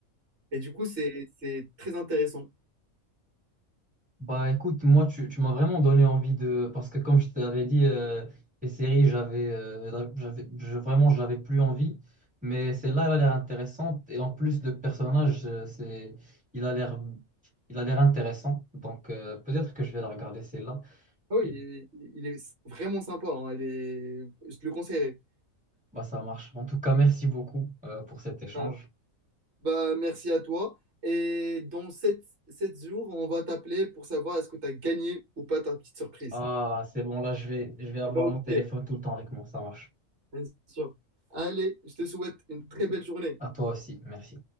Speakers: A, on the right; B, in the centre.
A: Et du coup, c'est, c'est très intéressant.
B: Bah écoute, moi tu, tu m'as vraiment donné envie de... Parce que comme je t'avais dit, euh, les séries, j'avais, euh, j'avais, je- vraiment, j'avais plus envie. Mais celle-là, elle a l'air intéressante. Et en plus, le personnage, euh, c'est, il a l'air, il a l'air intéressant. Donc euh, peut-être que je vais la regarder celle-là.
A: Oh, il
B: Et
A: est, il est vraiment sympa. hein. Il est, je te le conseillerais.
B: bah ça marche. En tout cas, merci beaucoup euh, pour cet échange.
A: Bah, bah, merci à toi. Et dans sept sept jours, on va t'appeler pour savoir est-ce que tu as gagné ou pas ta petite surprise.
B: Ah, c'est bon, là, je vais, je vais avoir
A: Faut pas oublier,
B: mon téléphone tout le temps avec moi. Ça marche.
A: bien sûr. Allez, je te souhaite une très belle journée.
B: À toi aussi, merci.